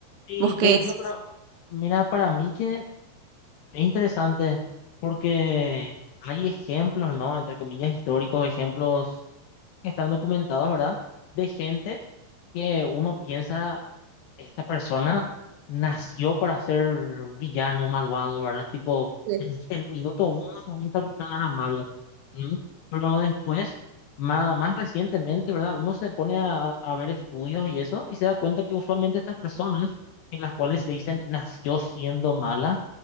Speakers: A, on the left (about 75°); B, on the right (about 85°).
A: Sí,
B: ¿Vos qué
A: yo,
B: es?
A: yo creo, mira, para mí que es interesante porque hay ejemplos, ¿no? Entre comillas, históricos, ejemplos que están documentados, ¿verdad? De gente que uno piensa, esta persona nació para ser villano, malvado, ¿verdad? Tipo,
B: Sí,
A: <clears throat> el minuto uno se sabía a era malo, ¿no? Pero después, más, más recientemente, ¿verdad? Uno se pone a, a ver estudios y eso, y se da cuenta que usualmente estas personas, en las cuales se dicen nació siendo mala,